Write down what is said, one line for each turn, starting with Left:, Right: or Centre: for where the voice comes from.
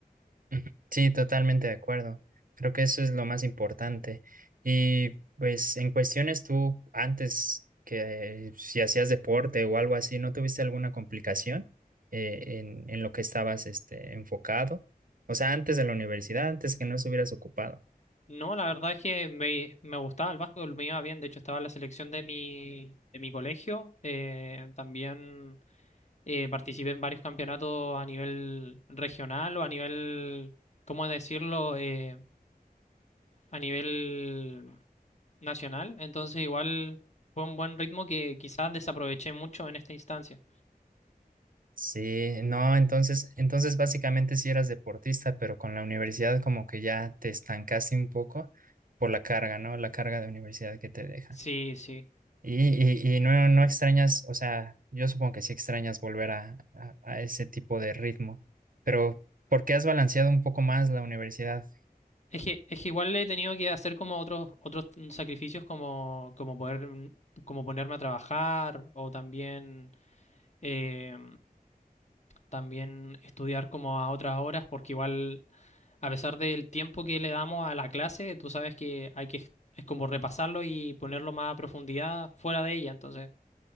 Right: Ujú. Sí, totalmente de acuerdo. Creo que eso es lo más importante. Y pues en cuestiones tú antes que si hacías deporte o algo así, ¿no tuviste alguna complicación eh, en, en lo que estabas este, enfocado? O sea, antes de la universidad, antes que no estuvieras ocupado.
Left: No, la verdad es que me, me gustaba el básquetbol, me iba bien. De hecho, estaba en la selección de mi, de mi colegio. Eh, también eh, participé en varios campeonatos a nivel regional o a nivel, ¿cómo decirlo? Eh, a nivel nacional. Entonces, igual fue un buen ritmo que quizás desaproveché mucho en esta instancia.
Right: Sí, no, entonces, entonces básicamente sí eras deportista, pero con la universidad como que ya te estancaste un poco por la carga, ¿no? La carga de universidad que te deja.
Left: Sí, sí.
Right: Y, y, y no, no extrañas, o sea, yo supongo que sí extrañas volver a, a, a ese tipo de ritmo, pero ¿por qué has balanceado un poco más la universidad?
Left: Es que, es que igual he tenido que hacer como otros, otros sacrificios como, como poder, mm, como ponerme a trabajar o también eh, también estudiar como a otras horas, porque igual, a pesar del tiempo que le damos a la clase, tú sabes que hay que, es es como repasarlo y ponerlo más a profundidad fuera de ella. Entonces,